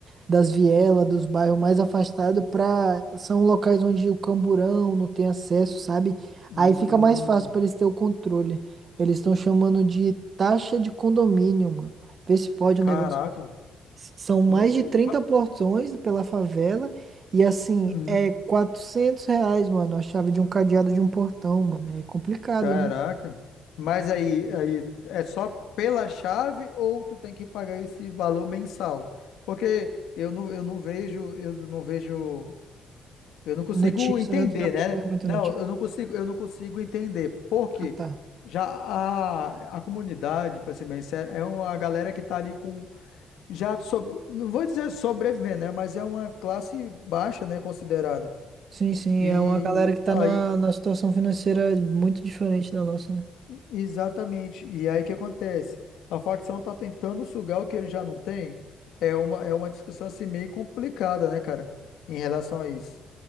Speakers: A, on the right; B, on the left.
A: das vielas, dos bairros mais afastados, pra... são locais onde o camburão não tem acesso, sabe?
B: hum,
A: Aí fica mais fácil para eles ter o controle. Eles estão chamando de taxa de condomínio, mano. Vê se pode
B: caraca,
A: um negócio. S- São
B: como
A: mais
B: é que...
A: de 30 portões pela favela e assim,
B: Uhum.
A: é 400 reais, mano, a chave de um cadeado de um portão, mano. É complicado,
B: Caraca.
A: né?
B: Mas aí, aí é só pela chave ou tu tem que pagar esse valor mensal? Porque eu não, eu não vejo, eu não vejo, eu não consigo
A: Notícia,
B: entender,
A: né? Tu não acompanha
B: né?
A: muita
B: Não,
A: notícia?
B: eu não consigo, eu não consigo entender. Por quê?
A: Ah, tá.
B: Já a, a comunidade, para ser bem sincero, é uma galera que tá ali com já sobre, não vou dizer sobrevivendo, né? Mas é uma classe baixa, né, considerada.
A: Sim, sim,
B: E
A: é uma galera que tá
B: aí
A: numa, numa situação financeira muito diferente da nossa, né?
B: Exatamente. E aí o que acontece? A facção tá tentando sugar o que ele já não tem. É uma, é uma discussão assim meio complicada, né, cara? Em relação a isso.